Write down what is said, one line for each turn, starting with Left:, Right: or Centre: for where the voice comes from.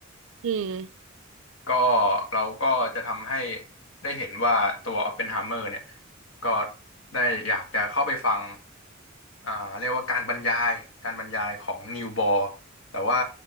Right: อืม
Left: ก็เราก็จะทำให้ได้เห็นว่าตัวอ p ปเพนไฮเมอร์เนี่ยก็ได้อยากจะเข้าไปฟังอ่าเรียกว่าการบรรยายการบรรยายของนิวบอร์แต่ว่า